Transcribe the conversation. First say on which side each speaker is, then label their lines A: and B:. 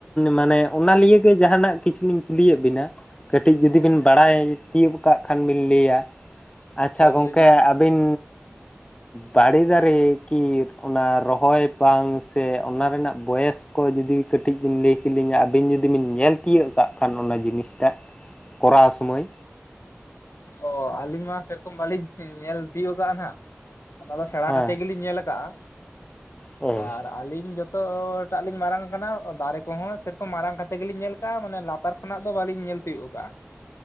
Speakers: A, on the left; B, on the left.
A: ᱢᱟᱱᱮ ᱚᱱᱟ ᱞᱤᱭᱮ ᱡᱟᱦᱟᱱᱟᱜ ᱠᱤᱪᱷᱩ ᱞᱤᱧ ᱠᱩᱞᱤᱭᱮᱫ ᱵᱤᱱᱟ᱾ ᱠᱟᱹᱴᱤᱡ ᱡᱩᱫᱤ
B: ᱦᱚᱸ
A: ᱵᱮᱱ ᱵᱟᱲᱟᱭ ᱛᱤᱭᱳᱜ ᱠᱟᱜ ᱠᱷᱟᱱ ᱵᱤᱱ ᱞᱟᱹᱭᱟ ᱟᱪᱪᱷᱟ ᱜᱚᱝᱠᱮ
B: ᱞᱟᱹᱭ ᱵᱤᱱ
A: ᱟᱹᱵᱤᱱ ᱵᱟᱲᱮ ᱫᱟᱨᱮ ᱠᱤ ᱚᱱᱟ ᱨᱚᱦᱚᱭ ᱵᱟᱝ ᱥᱮ ᱚᱱᱟ ᱨᱮᱱᱟᱜ ᱵᱚᱭᱮᱥ ᱠᱚ ᱡᱩᱫᱤ ᱠᱟᱹᱴᱤᱡ ᱵᱤᱱ ᱞᱟᱹᱭ ᱠᱤᱞᱤᱧᱟ ᱟᱹᱵᱤᱱ ᱡᱩᱫᱤ ᱵᱤᱱ ᱧᱮᱞ ᱛᱤᱭᱟᱹᱜ ᱠᱟᱜ ᱠᱷᱟᱱ ᱚᱱᱟ ᱡᱤᱱᱤᱥᱴᱟᱜ ᱠᱚᱨᱟᱣ ᱥᱩᱢᱚᱭ᱾
B: ᱚ ᱟᱹᱞᱤᱧ ᱢᱟ ᱥᱮᱨᱚᱠᱚᱢ ᱵᱟᱹᱞᱤᱧ ᱧᱮᱞ ᱛᱤᱭᱩᱜ ᱟᱠᱟᱫ-ᱟ ᱱᱟᱦᱟᱜ᱾ ᱚᱱᱟ ᱫᱚ ᱥᱮᱬᱟ
A: ᱦᱮᱸ
B: ᱠᱟᱛᱮᱜ ᱜᱮᱞᱤᱧ ᱧᱮᱞ ᱟᱠᱟᱜ-ᱟ
A: ᱚ
B: ᱟᱨ ᱟᱹᱞᱤᱧ ᱡᱚᱛᱚ ᱴᱟᱜ ᱞᱤᱧ ᱢᱟᱨᱟᱝ ᱠᱟᱱᱟ ᱫᱟᱨᱮ ᱠᱚᱦᱚᱸ ᱥᱮᱨᱚᱠᱚᱢ ᱢᱟᱨᱟᱝ ᱠᱟᱛᱮ ᱜᱮᱞᱤᱧ ᱧᱮᱞ ᱠᱟᱜ-ᱟ ᱢᱟᱱᱮ ᱞᱟ ᱞᱟᱛᱟᱨ ᱠᱷᱚᱱᱟᱜ ᱫᱚ ᱵᱟᱹᱞᱤᱧ ᱧᱮᱞ ᱛᱤᱭᱳᱜ ᱟᱠᱟᱜ-ᱟ᱾